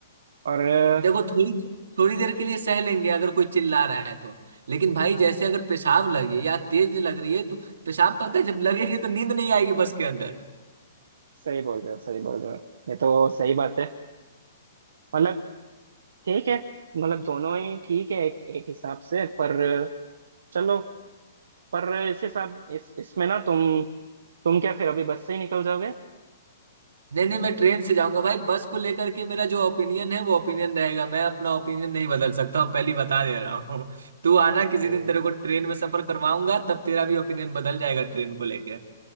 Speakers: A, on the right; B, on the right.
A: और आ,
B: देखो थोड़ी थोड़ी देर के लिए सह लेंगे अगर कोई चिल्ला रहा है तो लेकिन भाई जैसे अगर पेशाब लगे या तेज लग रही है तो पेशाब पता है जब लगेगी तो नींद नहीं आएगी बस के अंदर
A: सही बोल रहे हो सही बोल रहे हो ये तो सही बात है मतलब ठीक है मतलब दोनों ही ठीक है एक, एक हिसाब से पर अ, चलो पर इसे सब इस इसमें ना तुम तुम क्या फिर अभी बस से ही निकल जाओगे
B: नहीं नहीं मैं ट्रेन से जाऊंगा भाई बस को लेकर के मेरा जो ओपिनियन है वो ओपिनियन रहेगा मैं अपना ओपिनियन नहीं बदल सकता हूँ पहली बता दे रहा हूँ <laughs> तू आना किसी
A: अरे
B: दिन तेरे को ट्रेन में सफर करवाऊंगा तब तेरा भी ओपिनियन बदल जाएगा ट्रेन को लेकर